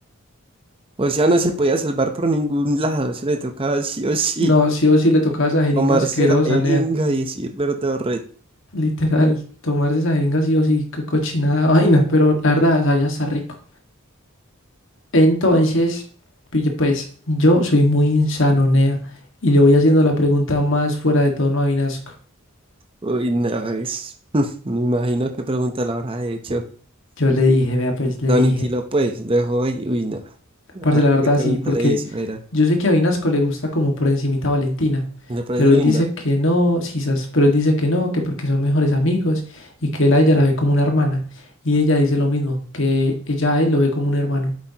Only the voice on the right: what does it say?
O sea, no se podía salvar por ningún lado, se le tocaba sí o sí
tomarse
la jeringa
y decir verdad,
Uy, no, es... <laughs> Me imagino qué pregunta le habrá hecho.
Lo
aniquiló, pues. Lo Dejó ahí. Uy, no.
A ver
qué pregunta
le hizo. Mira,
me parece
linda.